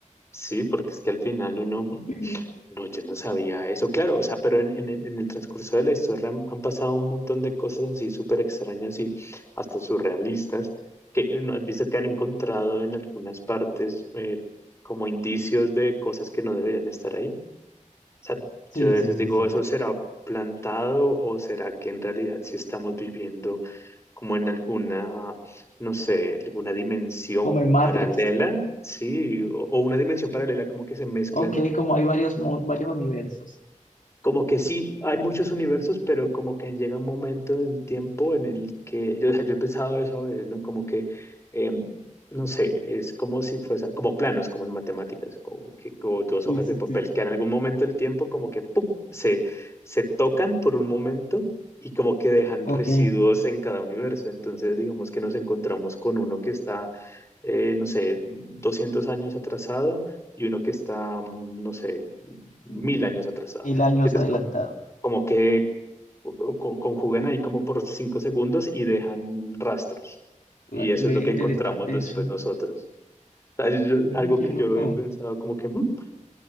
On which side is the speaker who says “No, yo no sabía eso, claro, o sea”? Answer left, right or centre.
Left